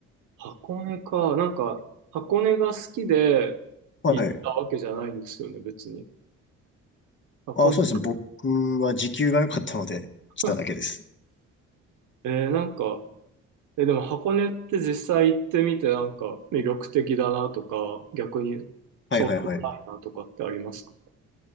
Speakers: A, on the right (about 85°); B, on the left (about 40°).
A: 箱根か。なんか、箱根が好きで行ったわけじゃないんですよね、
B: はい。
A: 別に。箱根、
B: あ、そうですね。僕は時給が良かったので来ただけです。
A: <laughs> えーなんか、え、でも箱根って実際行ってみて、なんか魅力的だなとか、逆にそうでもないなとかってありますか
B: はいはいはい。